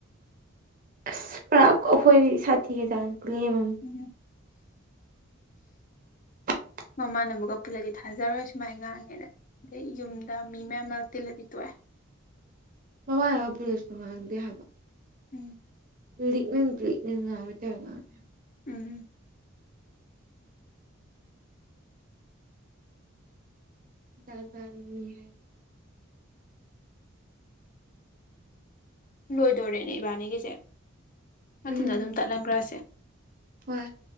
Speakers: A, on the right; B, on the left.
A: ꯑꯁ ꯄꯔꯥ ꯑꯩꯈꯣꯏꯗꯤ ꯁꯥꯊꯤꯒ ꯆꯥꯡꯅ ꯂꯦꯝꯃꯅꯤ
B: ꯎꯝ
A: <inaudible>
B: ꯃꯃꯥꯟꯅꯕꯒ ꯄꯨꯜꯂꯗꯤ ꯊꯥꯖꯔꯣꯏ ꯁꯨꯃꯥꯏꯅ ꯉꯥꯡꯉꯦꯅ ꯑꯗꯩ ꯌꯨꯝꯗ ꯃꯤ ꯃꯌꯥꯝ ꯑꯃ ꯇꯤꯜꯂꯗꯤ ꯇꯣꯛꯑꯦ
A: ꯃꯃꯥꯕ ꯄꯨꯔꯦꯁꯇ ꯉꯥꯡꯗꯦ ꯍꯥꯏꯕ
B: ꯎꯝ
A: ꯂꯤꯛꯅꯥ ꯂꯤꯛꯅ ꯉꯥꯡꯕꯩ ꯇꯥ ꯉꯪꯒꯦ
B: ꯎꯝ
A: ꯇꯖꯃꯤ ꯍꯥꯏ
B: ꯂꯣꯏꯗꯣꯔꯦꯅꯦ ꯏꯕꯥꯅꯤꯒꯤꯁꯦ ꯃꯊꯟꯗ
A: ꯎꯝ
B: ꯑꯗꯨꯝ ꯇꯠꯍꯟꯈ꯭ꯔꯁꯦ
A: ꯍꯣꯏ